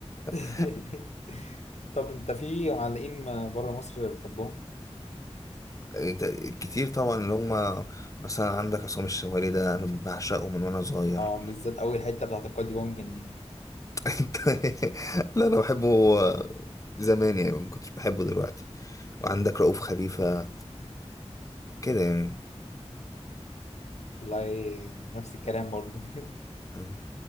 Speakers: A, on the left; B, on the left.
A: <laughs>
B: <laughs>
A: طب انت في معلقين بره مصر بتحبهم
B: إيه، كتير طبعا اللي هم مثلا عندك عصام الشوالي ده انا بعشقه من وانا صغير
A: اه بالذات اول حته بتاعت القاضي ممكن دي
B: <laughs> انت- لا انا بحبه زمان يعني ما كنتش بحبه دلوقتي وعندك رؤوف خليفة كده يعني
A: والله نفس الكلام برضو <laughs>
B: مم.